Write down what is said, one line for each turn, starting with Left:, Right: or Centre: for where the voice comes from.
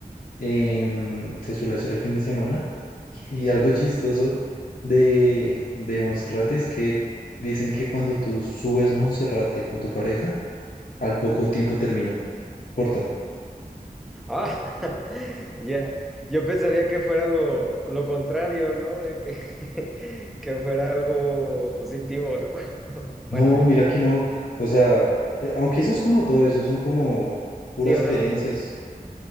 Left: em, se suele hacer el fin de semana <laughs> y algo chistoso de, de Monserrate es que dicen que cuando tú subes Monserrate con tu pareja, al poco tiempo terminan, cortan.
Centre: Ah, <laughs> ya. Yo pensaría que fuera lo, lo contrario, ¿no? De que, <laughs> que fuera algo positivo, ¿no? <laughs>
Left: No,
Centre: Bueno, digo,
Left: mira que no. O sea, eh, aunque eso es como todo, eso son como puras
Centre: sí, una
Left: creencias,
Centre: super.